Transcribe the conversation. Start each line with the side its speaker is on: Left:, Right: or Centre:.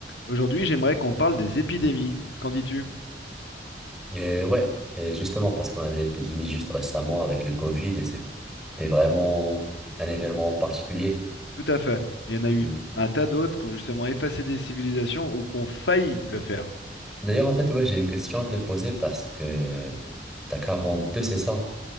Left: Aujourd'hui, j'aimerais qu'on parle des épidémies. Qu'en dis-tu?
Centre: Et ouais, et justement, parce qu'on avait l'épidémie juste récemment avec le Covid et c'était vraiment un événement particulier.
Left: Tout à fait. Mais il y en a eu
Centre: Mm.
Left: un tas d'autres qui ont justement effacé des civilisations ou qui ont failli le faire.
Centre: D'ailleurs, en fait, ouais, j'ai une question à te poser parce que t'as quarante deux c'est ça?